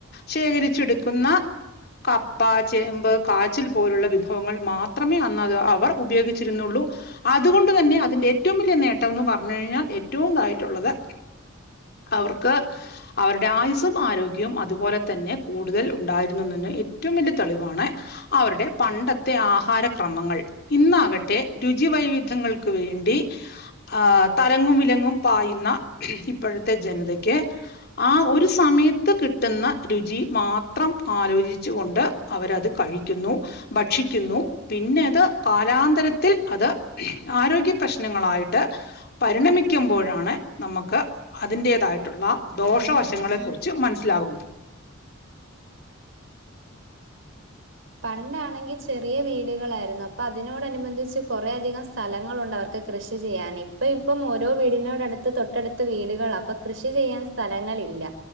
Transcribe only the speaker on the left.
ശേഖരിച്ചെടുക്കുന്ന കപ്പ ചേമ്പ് കാച്ചിൽ പോലുള്ള വിഭവങ്ങൾ മാത്രമേ അന്ന് അത് അവർ ഉപയോഗിച്ചിരുന്നുള്ളൂ അതുകൊണ്ട് തന്നെ അ തിന്റെ ഏറ്റവും വലിയ നേട്ടം എന്ന് പറഞ്ഞു കഴിഞ്ഞാൽ ഏറ്റവും ഇതായിട്ടുള്ളത് അവർക്ക് അവരുടെ ആയുസ്സും ആരോഗ്യവും അതുപോലെ തന്നെ കൂടുതൽ ഉണ്ടായിരുന്നന് ഏറ്റവും വലിയ തെളിവാണ് അവരുടെ പണ്ടത് ത്തെ ആഹാരക്രമങ്ങൾ ഇന്നാകട്ടെ രുചി വൈവിധ്യങ്ങൾക്ക് വേണ്ടി ആ തലങ്ങും വിലങ്ങും പായുന്ന ഇപ്പൊഴത്തെ ജനതയ്ക്ക് ആ ഒരു സമയത്ത് കിട്ടുന്ന രുചി മാത്രം ആലോചിച്ചു കൊണ്ട് അവരത് കഴിക്കുന്നു ഭക്ഷിക്കുന്നു ഔ പിന്നത് കാലാന്തരത്തിൽ അത് ആരോഗ്യ പ്രശ്നങ്ങളായിട്ട് പരിണമിക്കുമ്പോഴാണ് നമുക്ക് അതിന്റേതായിട്ടുള്ള ദോഷവശങ്ങളെ കുറിച്ച് മനസ്സിലാകുന്നത്